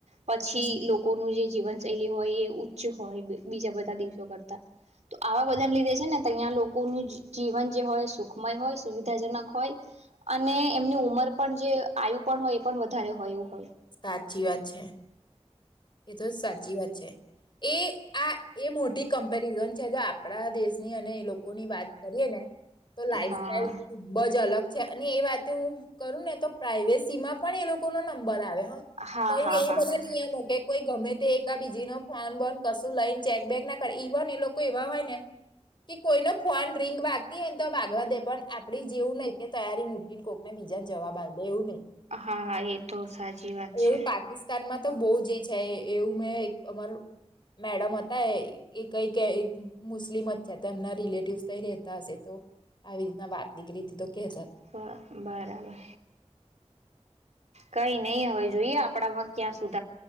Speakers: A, on the right; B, on the left.
A: પછી
B: હમ,
A: લોકોનું જે જીવનશૈલી હોય એ ઉચ્ચ હોય બીજા બધા દેશો કરતા તો આવા બધા ને લીધે છે ને તહિયા લોકોનું જીવન જે હોય સુખમય હોય સુવિધાજનક હોય અને એમની ઉંમર પણ જે આવ્યું પણ હોય એ પણ વધારે હોયું હોય.
B: સાચી વાત છે. એ તો સાચી વાત છે એ આ એ મોટી કમ્પેરિઝન છે જો આપણા દેશની અને એ લોકોની વાત કરીએ ને. તો લાઈફ
A: હા
B: સાઈલ ખૂબ જ અલગ. છે અને એ વાતે હું કરું ને તો પ્રાઈવેસી માં પણ એ લોકો નો નંબર આવે. ત એ
A: હા હા હા
B: બધા
A: હા
B: ને અહિયાં માટે. એક બીજી ન ફોન બંધ કશું લઈને ચેકબેક ના કરે ઇવન એ લોકો એવા હોય ને કે કોઈ ન ફોન રિંગ વાગતી હોય ને તો વાગવા દે પણ આપડી જેવું નહી કે તૈયારી માં મૂકી દેવો. બીજા જવાબ આવે એવું નહી
A: હા હા એ તો સાચી વાત છે
B: એવું પાકિસ્તાનમાં. તો બોુ જ. છે એવું મેં એક અમાર મેડમ હતા એ કઈક મુસ્લિમ જ છે તો એમના રિલેટિવસ ક રતા હશે તો આવી રીતના વાત. નીકળી હતી તો કહેતા હતા.
A: બ બરાબર. કઈ નહીં હવે જોઈએ આપણામાં ક્યાં સુધી.